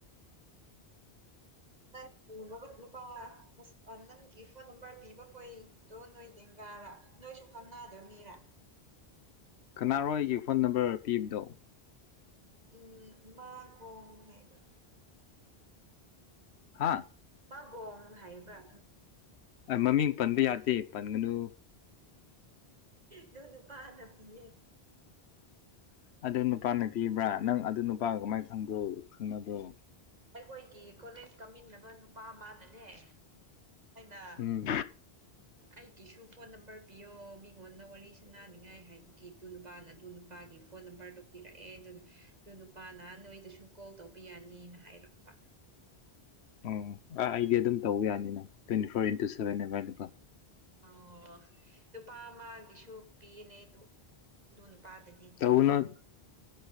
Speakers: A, on the right (about 40°); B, on the left (about 85°).
A: ꯑꯣ ꯅꯨꯄꯥ ꯅꯪꯒꯤ ꯐꯣꯟ ꯅꯝꯕꯔ ꯄꯤꯕ ꯍꯣꯏꯗꯣ ꯅꯣꯏ ꯗꯦꯡꯒꯥꯔ ꯅꯣꯏꯁꯨ ꯈꯝꯅꯗꯣꯏ ꯃꯤꯔꯥ
B: ꯀꯅꯥꯔꯣꯏꯒꯤ ꯐꯣꯟ ꯅꯝꯕꯔ ꯄꯤꯕꯗꯣ
A: ꯎꯝ ꯃꯥꯒꯣꯡ ꯍꯥꯏꯕ
B: ꯍꯥꯥ
A: ꯃꯥꯒꯣꯡ ꯍꯥꯏꯕ꯭ꯔꯥ ꯈꯪ
B: ꯃꯃꯤꯡ ꯄꯟꯕ ꯌꯥꯗꯦ ꯄꯟꯒꯅꯨ
A: ꯇꯅ ꯄꯥꯅ ꯄꯤꯦ
B: ꯑꯗꯨ ꯅꯨꯄꯥꯅꯄꯤꯕ꯭ꯔꯥ ꯅꯪ ꯑꯗꯨ ꯅꯨꯄꯥꯒ ꯀꯃꯥꯏꯅ ꯈꯪꯕ꯭ꯔꯣ ꯈꯪꯅꯕ꯭ꯔꯣ
A: ꯑꯩꯈꯣꯏꯒꯤ ꯀꯣꯂꯦꯖ ꯀꯥꯃꯤꯟꯅꯕꯅ ꯃꯥ ꯃꯥꯅꯅꯦ ꯑꯩꯅ
B: ꯎꯝ
A: ꯑꯩꯒꯤꯁꯨ ꯐꯣꯟ ꯅꯝꯕꯔ ꯄꯤꯌꯣ ꯃꯤꯉꯣꯟꯗ ꯋꯥꯔꯤ ꯁꯥꯟꯅꯅꯤꯡꯉꯥꯏ ꯍꯥꯏꯕꯒꯤꯗꯨ ꯅꯨꯄꯥꯅ ꯑꯗꯨ ꯅꯨꯄꯥꯒꯤ ꯐꯣꯟ ꯅꯝꯕꯔꯗꯨꯣ ꯄꯤꯔꯛꯑꯦ ꯑꯗꯨ ꯑꯗꯨ ꯅꯨꯄꯥꯅ ꯅꯣꯏꯗꯁꯨ ꯀꯣꯜ ꯇꯧꯕꯤ ꯌꯥꯅꯤꯅ ꯑꯌꯔꯄ
B: ꯑꯣ ꯑꯩꯗꯤ ꯑꯗꯨꯝ ꯇꯧꯕ ꯌꯥꯅꯤꯅ twenty four into seven available
A: ꯑꯣ ꯂꯨꯄꯥ ꯑꯃꯒꯤꯁꯨ ꯄꯤꯅꯦ ꯑꯗꯨ ꯅꯨꯄꯥꯗꯗꯤ
B: ꯇꯧꯅ
A: ꯇꯧꯅꯨ